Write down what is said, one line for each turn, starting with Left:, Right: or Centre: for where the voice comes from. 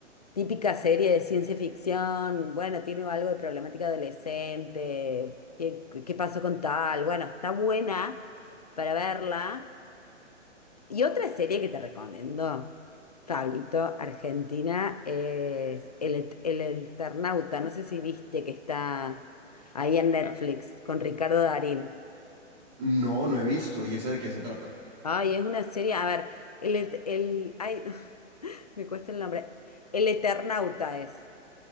Left: típica serie de ciencia ficción, bueno, tiene algo de problemática adolescente, ¿qué, qué pasó con tal? Bueno, está buena para verla. Y otra serie que te recomiendo, Pablito, Argentina, es El, Et- El Eternauta, no sé si viste que está ahí en Ah, Netflix con Ricardo Darín.
Right: No, no he visto. ¿Y esa de qué se trata?
Left: Ay, es una serie, a ver, el, et- el, ay, <laughs> Me cuesta el nombre. El Eternauta es.